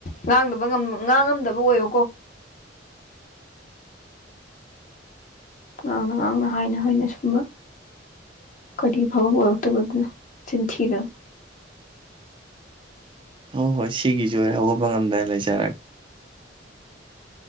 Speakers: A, on the left; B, on the right.
A: ꯉꯥꯡꯗꯕ ꯉꯥꯡꯉꯝꯗꯕ ꯑꯣꯏꯌꯨꯀꯣ ꯉꯥꯡꯅ ꯉꯥꯡꯅ ꯍꯥꯏꯅ ꯍꯥꯏꯅ ꯑꯁꯨꯝꯕ ꯀꯔꯤ ꯑꯐꯕꯕ ꯑꯣꯏꯔꯛꯇꯣꯏꯕ ꯑꯗꯨꯅ ꯆꯤꯟ ꯊꯤꯔꯒ
B: ꯍꯣꯏ ꯍꯣꯏ ꯁꯤꯒꯤꯁꯨ ꯑꯩ ꯍꯧꯒꯠꯄ ꯉꯝꯗꯅ ꯂꯩꯖꯔꯒꯦ꯫